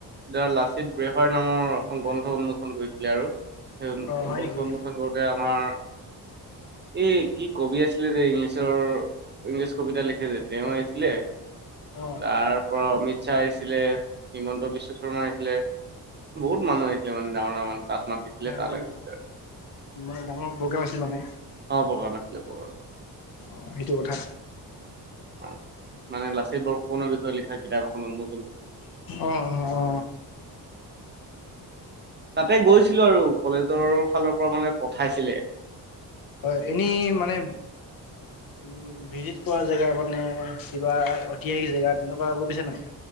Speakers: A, on the right (about 25°); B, on the left (about 55°).
A: ধৰা লাচিত ব্ৰেহাৰ নামৰ এখন গ্ৰন্থ উন্মোচন কৰিছিলে আৰু। সেই
B: অ হয়
A: বংশন্চন
B: নেকি?
A: কৰোতে আমাৰ। এ কি কবি আছিলে যে ইংলিছৰ ইংলিছ কবিতা লিখে যে তেওঁ আহিছিলে।
B: অ
A: তাৰ পৰা অমিত। চাহ আহিছিলে হিমন্ত বিশ্ব শৰ্মা আহিছিলে বহুত মানুহ আহিছিলে মানে ডাঙৰ ডাঙৰ। তাত মাচ দিছিল
B: মানে
A: তালে
B: মানে
A: গৈছিলে।
B: মানে ডাঙৰ প্ৰগ্ৰেম আছিল মানে।
A: অ প্ৰগ্ৰাম আছিলে প্ৰগ্ৰাম
B: অঁ সেইটো কথা।
A: অ মানে লাচিত বৰফুকনৰ বিষয়ে লিখা কিতাপ এখন উন্মু
B: অঁ অ
A: তাতে গৈছিলো আৰু কলেজৰ ফালৰ পৰা মানে পঠাইছিলে
B: হয় এনেই মানে উ ভিজিত কৰা জেগা মানে কিবা ঐতিহাসিক জেগা তেনেকুৱা গৈ পাইছা নাই